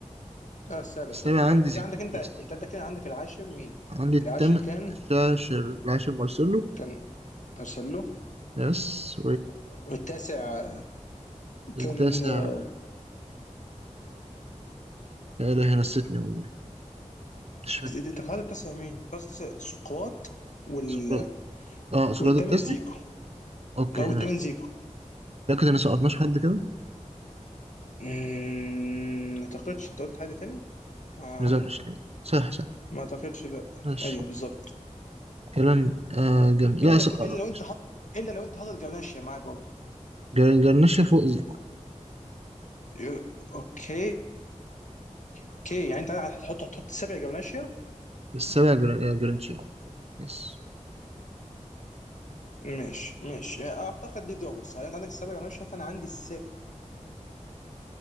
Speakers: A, on the left (about 70°); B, on the right (about 50°).
A: اه السابع
B: السابع
A: سوري انت
B: عندي
A: كده انت
B: زيكو
A: كده عندك انت
B: يس
A: انت انت كده عندك العاشر مين؟
B: عندي التامن
A: العاشر كان
B: العاشر العاشر مارسيلو
A: كان ارسلو
B: ناس
A: والتاسع
B: والتاسع
A: كان آه،
B: لا إله أنا نسيتني والله مش فاكر
A: انت قرأت التاسع مين؟ قرأت التاسع سقراط وال
B: سقراط اه سقراط
A: والثامن
B: التاسع
A: زيكو
B: اوكي
A: لا والثامن
B: ماشي
A: زيكو
B: لكن انا سقطناش حد كده
A: مم، ما اعتقدش انت قلت حد تاني؟ آه
B: نزلناش لا صح صح
A: ما اعتقدش لا
B: ماشي
A: ايوه بالظبط
B: كلام آه جن... لا
A: الا
B: س...
A: كو-
B: آه.
A: الا لو
B: ماشي.
A: انت حاطط الا لو انت حاطط جبناشيا معاك برضه
B: جر- جرنشة فوق زيكو
A: ي- اوكي اوكي يعني انت هتحط هتحط سبع جبناشيا
B: السابع جر... آه، جرنشة يس
A: ماشي ماشي يعني اعتقد دي دول صح انت عندك السابع وانا مش شايف انا عندي السابع